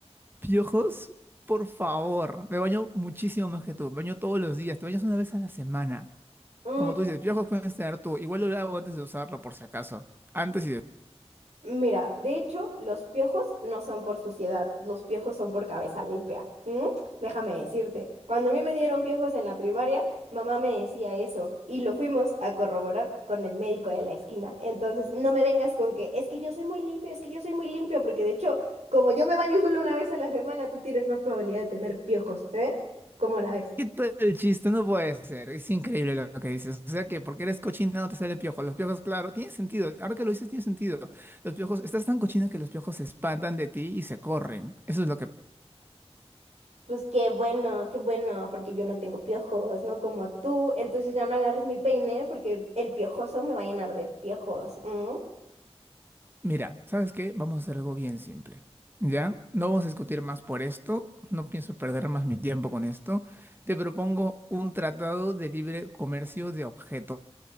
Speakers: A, on the right; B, on the right.
A: Piojos, por favor. Me baño muchísimo más que tú. Me baño todos los días. Te bañas una vez a la semana.
B: Mm,
A: Como tú dices, piojos puedes tener tú. Igual lo lavo antes de usarlo, por si acaso. Antes y después.
B: Mira, de hecho, los piojos no son por suciedad, los piojos son por cabeza limpia. ¿Mm? Déjame decirte, cuando a mí me dieron piojos en la primaria, mamá me decía eso y lo fuimos a corroborar con el médico de la esquina. Entonces, no me vengas con que es que yo soy muy limpio, es que yo soy muy limpio, porque de hecho, como yo me baño solo una vez a la semana, tú tienes más probabilidad de tener piojos, ¿eh? ¿Cómo la ves?
A: Quita el chiste, no puede ser. Es increíble lo que dices. O sea que porque eres cochina no te sale piojo. Los piojos, claro, tiene sentido. Ahora que lo dices, tiene sentido. Los piojos, estás tan cochina que los piojos se espantan de ti y se corren. Eso es lo que
B: Pues qué bueno, qué bueno, porque yo no tengo piojos, no como tú. Entonces ya no agarres mi peine porque el piojoso me va a llenar de piojos. ¿m?
A: Mira, ¿sabes qué? Vamos a hacer algo bien simple. ¿Ya? No vamos a discutir más por esto. No pienso perder más mi tiempo con esto. Te propongo un tratado de libre comercio de objetos